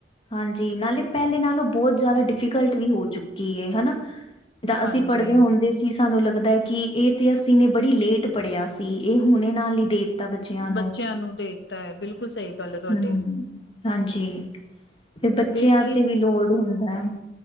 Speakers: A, on the left; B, on the left.
A: ਹਾਂਜੀ ਨਾਲੇ ਪੈਲੇ ਨਾਲੋਂ ਬੋਤ ਜਾਦਾ ਡਿਫੀਕਲਟ ਵੀ ਹੋ ਚੁੱਕੀ ਏ ਹਨਾ। ਜਿੱਦਾਂ ਅਸੀਂ
B: ਹਾਂਜੀ।
A: ਪੜ੍ਹਦੇ ਹੁੰਦੇ ਸੀ। ਸਾਨੂੰ ਲੱਗਦਾ ਐ ਕਿ ਏ ਤੇ ਅਸੀਂ ਨੇ ਬੜੀ ਲੇਟ ਪੜ੍ਹਿਆ ਸੀ ਏ ਹੁਣੇ ਨਾਲ ਹੀ ਦੇ ਤਾ ਬੱਚਿਆਂ
B: ਬੱਚੇਆਂ ਨੂੰ ਦੇ ਤਾ ਐ ਬਿਲਕੁਲ ਸਹੀ ਗੱਲ ਹੈ ਤੁਹਾਡੀ
A: ਹੂੰ ਹਾਂਜੀ। ਫਿਰ ਬੱਚੇਆਂ
B: ਇਸ
A: ਤੇ ਵੀ ਲੋੜ ਹੁੰਦਾ ਐ।